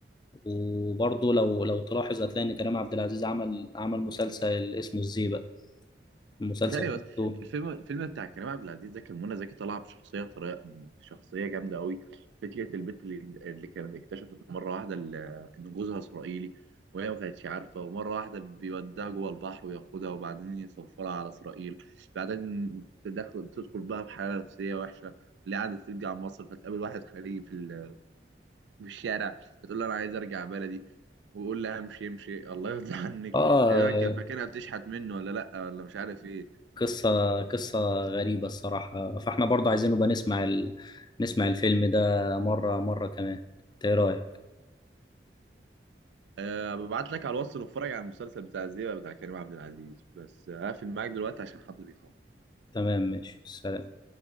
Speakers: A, on the left; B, on the right.
A: وبرضه لو لو تلاحظ هتلاقي إن كريم عبد العزيز عمل عمل مسلسل اسمه الزيبق المسلسل
B: ثانية
A: بتاعته
B: بس الفيلم الفيلم بتاع كريم عبد العزيز ده كان منى زكي طالعة بشخصية طريقة بشخصية جامدة قوي فكرة البنت اللي, اللي كانت اكتشفت مرة واحدة ال- إن جوزها إسرائيلي وهي ما كانتش عارفة ومرة واحدة بيوديها جوه البحر وياخدها وبعدين يسفرها على إسرائيل بعدين تدخل تدخل بقى في حالة نفسية وحشة اللي قاعدة ترجع مصر فتقابل واحد خليجي في ال- في الشارع فتقول له أنا عايز أرجع بلدي ويقول لها امشي امشي الله يرضى عنك
A: آه
B: تقريبا كان فاكرها بتشحت منه ولا لأ ولا مش عارف إيه
A: قصة قصة غريبة الصراحة فإحنا برضه عايزين نبقى نسمع ال... نسمع الفيلم ده مرة مرة كمان إنت إيه رأيك؟
B: أه ببعت لك على الواتس نتفرج على المسلسل بتاع الزيبق بتاع كريم عبد العزيز بس هقفل معاك دلوقتي عشان حد بيخبط
A: تمام ماشي سلام